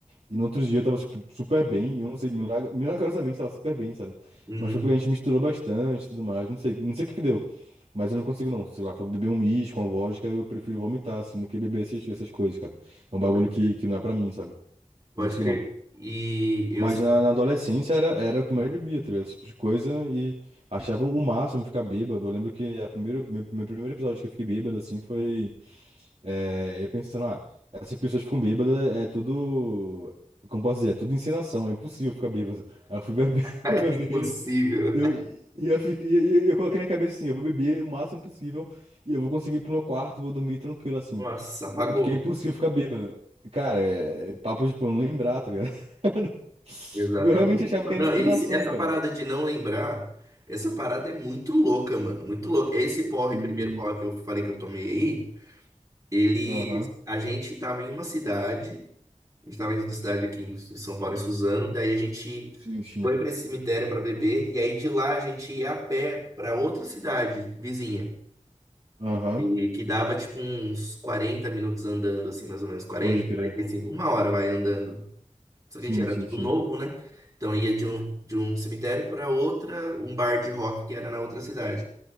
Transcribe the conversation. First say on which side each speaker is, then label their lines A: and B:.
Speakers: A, on the right (about 50°); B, on the right (about 25°).
A: E no outro dia eu tava, tipo, super bem. e Eu não sei, milag- milagrosamente tava super bem, sabe?
B: Uhum.
A: Mas foi porque a gente misturou bastante e tudo mais. Não sei, não sei o que que deu. Mas eu não consigo, não. Sei lá, for beber um uísque, uma vodka, eu prefiro vomitar, assim, do que beber esses, essas coisas, cara. É um bagulho
B: Pode,
A: que, que não é pra mim, sabe?
B: pode
A: Não consigo,
B: crer.
A: não.
B: E eu.
A: Mas
B: <laughs>
A: na, na adolescência era, era o que mais bebia, tá ligado? Esse tipo de coisa. E achava o máximo ficar bêbado. Eu lembro que a primeiro, meu, meu primeiro episódio que eu fiquei bêbado, assim, foi. É, eu pensando, ah, essas pessoas ficam bêbadas, é tudo. Como posso dizer? É tudo encenação, é impossível ficar bêbado. Aí eu fui beber, <laughs>
B: É
A: eu beber.
B: impossível.
A: Eu, e eu, fiquei, e eu, eu coloquei na cabeça assim: eu vou beber o máximo possível e eu vou conseguir ir pro meu quarto, vou dormir tranquilo assim.
B: Nossa, apagou.
A: E- Porque é impossível ficar bêbado. Cara, é, é papo de tipo, eu não lembrar, tá ligado? <laughs>
B: Exatamente,
A: Porque eu realmente achava
B: mano.
A: que era
B: Não,
A: encenação,
B: esse- essa
A: cara.
B: parada de não lembrar, essa parada é muito louca, mano. Muito louca. Esse porre,
A: Sim,
B: primeiro porre que eu falei que eu tomei aí, eles.
A: aham,
B: A gente tava em uma cidade, a gente tava em uma cidade aqui em São Paulo, em Suzano, daí a gente
A: sim, sim,
B: foi pra esse cemitério pra beber, e aí de lá a gente ia a pé pra outra cidade vizinha.
A: aham,
B: E que dava tipo uns 40 minutos andando, assim, mais ou menos, 40,
A: pode crer.
B: 45, uma hora vai andando. Só
A: Sim,
B: que, gente, era
A: sim,
B: tudo
A: sim.
B: novo, né? Então ia de um, de um cemitério para outra, um bar de rock que era na outra cidade.